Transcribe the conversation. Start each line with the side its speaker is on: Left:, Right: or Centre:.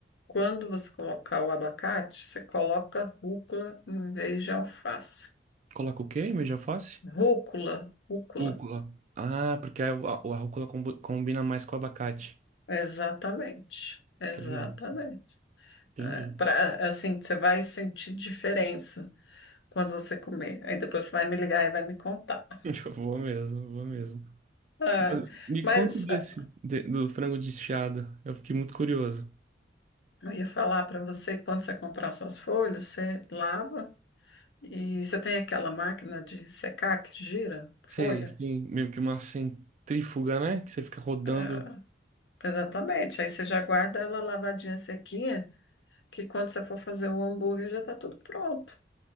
Left: quando você colocar o abacate, você coloca rúcula em vez de alface.
Right: Coloca o quê em vez de alface?
Left: Rúcula, rúcula,
Right: Rúcula. Ah, porque a, a, a rúcula combo- combina mais com o abacate.
Left: exatamente, exatamente.
Right: Que delícia. Entendi.
Left: É, pra- assim, você vai sentir diferença quando você comer. Aí depois você vai me ligar e vai me contar.
Right: <laughs> Eu vou mesmo, eu vou mesmo.
Left: É,
Right: Mas me
Left: mas
Right: conta desse,
Left: é,
Right: de- do frango desfiado. Eu fiquei muito curioso.
Left: eu ia falar para você que quando você comprar suas folhas, você lava e você tem aquela máquina de secar que gira
Right: Sei,
Left: folha.
Right: sim, meio que uma centrífuga, né? Que você fica rodando.
Left: É, exatamente. Aí você já guarda ela lavadinha, sequinha. Que quando você for fazer o hambúrguer já tá tudo pronto.